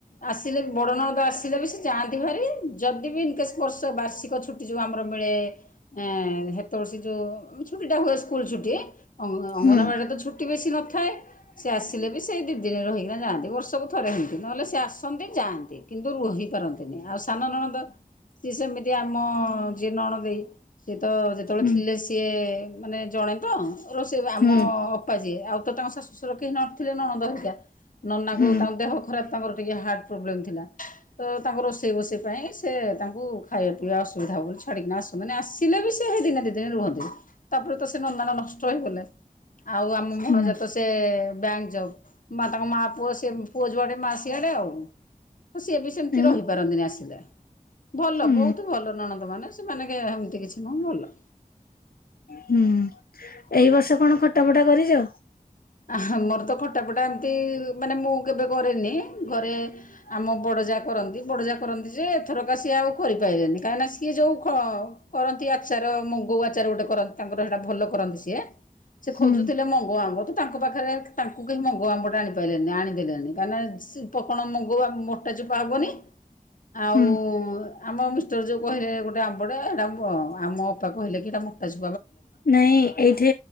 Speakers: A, on the left; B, on the left.
A: ଆସିଲେ ବି ବଡ଼ ନଣଦ ଆ ଆସିଲେ ବି ସେ ଯାଆନ୍ତି ଭେରି ଯଦି ବି <unintelligible> ବର୍ଷ ବାର୍ଷିକ ଛୁଟି ଯୋଉ ଆମର ମିଳେ। <unintelligible> ସେ ଯୋଉ ଛୁଟି ଟା ହୁଏ ସ୍କୁଲ୍ ଛୁଟି ଅଙ୍ଗନବାଡ଼ି
B: ହୁଁ
A: ରେ ତ ଛୁଟି ବେଶୀ ନଥାଏ। ସେ ଆସିଲେ ବି ସେଇ ଦି ଦିନ ରହିକିନା ଯାଆନ୍ତି। ବର୍ଷକୁ ଥରେ ହିନ୍ତି ନହେଲେ ସେ ଆସନ୍ତି ଯାଆନ୍ତି। କିନ୍ ରହିପାରନ୍ତିନି। ଆଉ ସାନ ନଣନ୍ଦ ସିଏ ସେମିତି ଆମ ଯିଏ ନଣଦେଇ ସିଏ ତ ଯେତେବେଳେ
B: ହୁଁ
A: ଥିଲେ ସିଏ ମାନେ ଜଣେ ତ ରୋଷେଇ ଆମ
B: ହୁଁ
A: ଅପା ଯିଏ ଆଉ ତ ତାଙ୍କ ଶାଶୁ ଶଶୁର କେହି ନ ଥିଲେ ନଣନ୍ଦ ହେରିକା। ନନାଙ୍କୁ
B: ହୁଁ।
A: ତାଙ୍କ ଦେହ ଖରାପ ତାଙ୍କର ଟିକେ ହାର୍ଟ ପ୍ରୋବ୍ଲେମ୍ ଥିଲା। ତ ତାଙ୍କ ରୋଷେଇ ବୋଷେଇ ପାଇଁ ସେ ତାଙ୍କୁ ଖାଇବା ପିଇବା ଅସୁବିଧା ହବ ବୋଲି ଛାଡ଼ିକିନା ଆସୁ, ମାନେ ଆସିଲେ ବି ସେ ଏ ଦିନେ ଦି ଦିନ ରୁହନ୍ତି। ତାପରେ ତ ସେ ନନା ନଷ୍ଟ ହେଇଗଲେ। ଆଉ ଆମ ଭଣଜା
B: ହୁଁ
A: ତ ସେ ବ୍ୟାଙ୍କ୍ ଜବ୍ ମା ତାଙ୍କ ମା ପୁଅ ସେ ପୁଅ ଯୁଆଡେ ମା ସି ସିଆଡେ ଆଉ। ତ ସିଏ ବି ସେମିତି
B: ହୁଁ
A: ରହିପାରନ୍ତିନି ଆସିଲେ। ଭଲ
B: ହୁଁ
A: ବହୁତ ଭଲ ନଣନ୍ଦ ମାନେ ସେମାନେ କେ-ହେମିତି କିଛି ନୁହଁ ଭଲ।
B: ହୁଁ, ଏଇ ବର୍ଷ କଣ ଖଟା ଫଟା କରିଚ?
A: ଆହା ମୋର ତ ଖଟା ଫଟା ଏମିତି ମାନେ ମୁଁ କେବେ କରେନି। ଘରେ ଆମ ବଡ ଜାଆ କରନ୍ତି। ବଡଜା କରନ୍ତି ଯେ ଏଥରକା ସିଏ ଆଉ କରିପାଇଲେନି। କାହିଁକିନା ସିଏ ଯୋଉ ଖ-କରନ୍ତି ଆ ଆଚାର ମୁଙ୍ଗୁ ଆଚାର ଗୋଟେ କରନ୍ତି ତାଙ୍କର ସେଟା ଭଲ କରନ୍ତି ସିଏ। ସେ
B: ହୁଁ
A: ଖୋଜୁଥିଲେ ମଙ୍ଗ ଆମ୍ବ। ତ ତାଙ୍କ ପାଖରେ ତାଙ୍କୁ କେହି ମଙ୍ଗ ଆମ୍ବ ଟା ଆଣି ପାଇ ଆଣିଦେଲେନି କାହିଁ ନା ସି-ପ-କଣ ମ ଗୋଆ ମୋଟା ଚୋପା ହବନି। ଆଉ
B: ହୁଁ।
A: ଆମ ମିଷ୍ଟର୍ ଯୋଉ କହିଲେ ଗୋଟେ ଆମ୍ବଟେ ଏଟା ବ-ଆମ ଅପା କହିଲେ କି ହେଟା ମୁଟା ଚୁ
B: ନାଇଁ ଏଇଠି